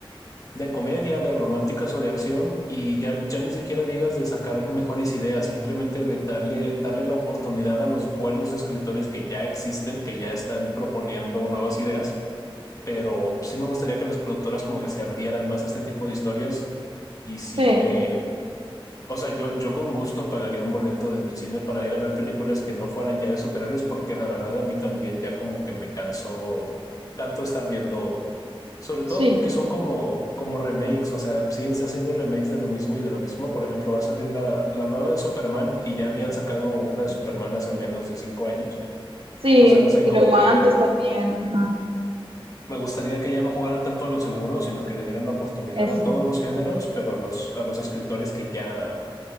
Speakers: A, on the left; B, on the right.
A: de comedia, de románticas o de acción, y ya, ya ni siquiera digas de sacar mejores ideas, simplemente de darle, darle la oportunidad a los buenos escritores que ya existen, que ya están proponiendo nuevas ideas, pero sí me gustaría que las productoras como que se abrieran más a este tipo de historias y sí
B: Sí,
A: me, o sea, yo, yo con gusto pagaría un boleto del cine para ir a ver películas que no fueran ya de superhéroes, porque la verdad a mí también ya como que me cansó tanto estar viendo, sobre todo
B: sí,
A: porque son como, como remakes, o sea, siguen haciendo remakes de lo mismo y de lo mismo. Por ejemplo, va a salir la, la nueva de Superman y ya habían sacado una de Superman hace menos de cinco años.
B: sí.
A: O sea, no sé,
B: Y
A: como
B: luego
A: que
B: antes también. Ajá.
A: me gustaría que ya no jugaran tanto a lo seguro, sino que le dieran la oportunidad
B: Eso.
A: a todos los géneros, pero a los, a los escritores que ya